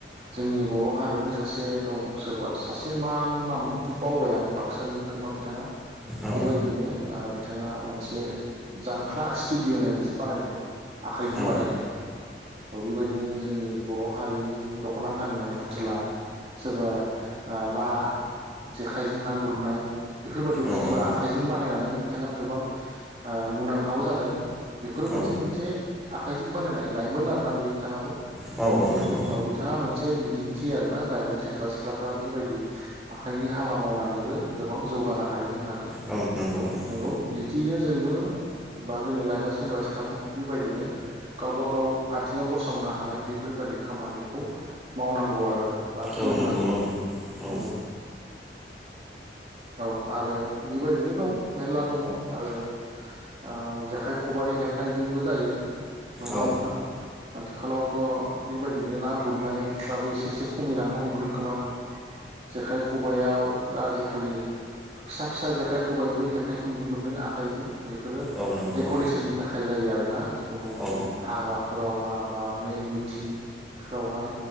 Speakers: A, on the right; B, in the centre.
A: जोंनि बर हारियावनो सासे दं सोरबा सासे मा नामखौ बावबाय आं बाक्सानिबो खोमा बिथाङा
B: औ
A: बेबायदिनो बिथाङा मोनसे जांख्ला स्टुडियहोननाय मोनसे बानायदों आखाइजों
B: औ
A: बानायनाय औ बेबायदिनो जोंनि बर हारिनि दखना गाननाय फुथ्ला सोरबा ना जेखाइजों ना गुरनाय बेफोरबायाददि
B: औ
A: फुस्ला
B: औ
A: आखाइजों बा नायनानै बिथाङा गोबां मुंदांखाबो जादों बेफोरो मोनसे
B: औ
A: मोनसे आखाइजों बानायनाय लाायमोन आरो <unintelligible> बिथाङाबो
B: औ औ
A: बियो
B: नंगौ
A: औ बिथाङा मोनसे बि दिन्थि आरोना लाइमोन सेंग्रा सिख्लाफ्रा बेबायदि आखाइनि हाबा मावनानैबो गोबां जौगानो हायो होननानै
B: औ नंगौ औ
A: नोंगौ थियैनो जोंबो बा जोंनि लाइमोन सेंग्रा सिख्लाफोर बेबायदिनो गावबा गाव आथिङाव गसंनो हानाय बेफोरबायाददि खामानिखौ मावनांगौ आरो बा सोलोंनांगौ
B: औ नंगौ औ औ
A: नंगौ। औ आरो बेबायदिनो दं मेरला दङ आरो ओ जेखाइ, खबाइ हेबनायजोंबो जायो। नंगौना
B: औ
A: नङा। आथिखालावथ बेबायदिनो ना गुरनायफ्राबो एसे एसे खमायलांनो हमदों खोमा जेखाइ खबाइआव दा आजिखालि फिसा फिसा जेखाइ खबाइबो हेबनायखौ नुनो मोनदों आखाइजों। बेफोरो
B: औ नंगौ
A: डेकरेसननि
B: औ
A: थाखाय जायो आरो ना जिखुनु
B: औ
A: हाबा। हाबा मेल मिथिंफोरावहाय।